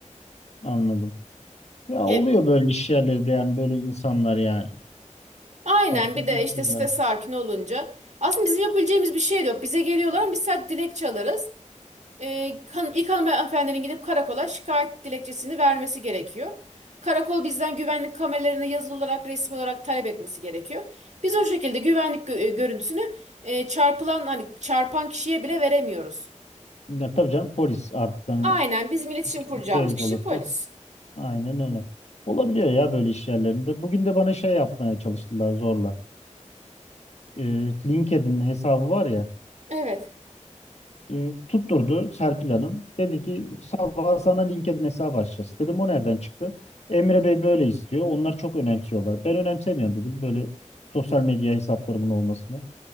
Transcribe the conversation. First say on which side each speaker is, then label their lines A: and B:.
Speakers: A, on the left; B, on the right.
A: Anladım. Ya
B: Yani.
A: oluyor böyle iş yerlerinde yani böyle insanlar yani.
B: Aynen
A: Saçma
B: bir de işte
A: durumlar.
B: site sakin olunca. Aslında bizim yapabileceğimiz bir şey de yok. Bize geliyorlar ama biz sadece dilekçe alırız. Ee, kan, ilk hanımefendinin gidip karakola şikayet dilekçesini vermesi gerekiyor. Karakol bizden güvenlik kameralarını yazılı olarak resmi olarak talep etmesi gerekiyor. Biz o şekilde güvenlik gö- e, görüntüsünü e, çarpılan hani çarpan kişiye bile veremiyoruz.
A: Ya tabii canım polis artık hani
B: Aynen bizim iletişim kuracağımız
A: şey
B: kişi
A: olası.
B: polis.
A: Aynen öyle. Olabiliyor ya böyle iş yerlerinde. Bugün de bana şey yapmaya çalıştılar zorla. Ee, LinkedIn hesabı var ya.
B: Evet.
A: e, tutturdu Serpil Hanım. Dedi ki sabah sana LinkedIn hesabı açacağız. Dedim o nereden çıktı? Emre Bey böyle istiyor. Onlar çok önemsiyorlar. Ben önemsemiyorum dedim böyle sosyal medya hesaplarımın olmasını.